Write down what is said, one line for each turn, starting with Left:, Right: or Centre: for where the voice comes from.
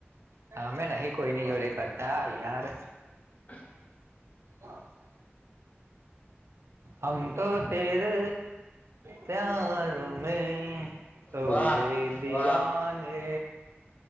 Right: હા અમે નહી કોઈ નની જોડે કરતા યાર
Left: <unintelligible>
Right: હા હમ તો તેરે પ્યાર મે તો
Left: વાહ
Right: વે દિવાને
Left: વાહ